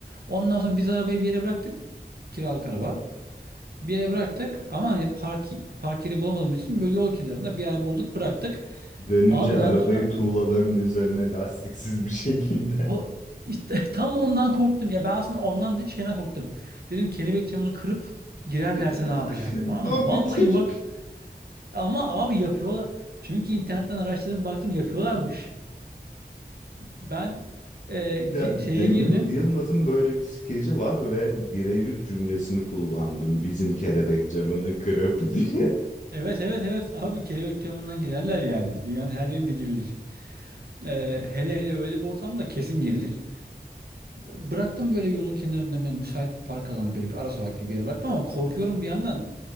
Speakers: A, on the right (about 65°); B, on the left (about 45°).
A: Ondan sonra biz arabayı bir yere bıraktık. Kiralık araba. Bir yere bıraktık ama hani park, park yeri bulamadığımız için böyle yol kenarında bir yer bulduk bıraktık.
B: Dönünce
A: Abi
B: arabayı
A: ben şimdi
B: tuğlaların üzerine lastiksiz bir şekilde.
A: ko- işte <laughs> tam ondan korktum. Ya ben aslında ondan değil şeyden korktum. Dedim kelebek camını kırıp girerlerse
B: <laughs>
A: ne yapacağım? Tamam
B: Tam
A: mı? Vallahi
B: bir Türk.
A: bak Ama abi yapıyorlar. Çünkü internetten araştırdım baktım yapıyorlarmış. Ben e, gi-
B: Ya
A: şeye
B: Cem
A: girdim.
B: Yılmaz- Yılmaz'ın böyle bir skeci var ve birebir cümlesini kullandım. Bizim kelebek camını kırıp <laughs> diye.
A: Evet evet evet <laughs> abi kelebek camından girerler yani. Dünyanın her yerinde girilir. E, hele hele öyle bir ortamda kesin girilir. Bıraktım böyle yolun kenarında yani müsait bir park alanı böyle bir ara sokak gibi bir yere bıraktım ama korkuyorum bir yandan.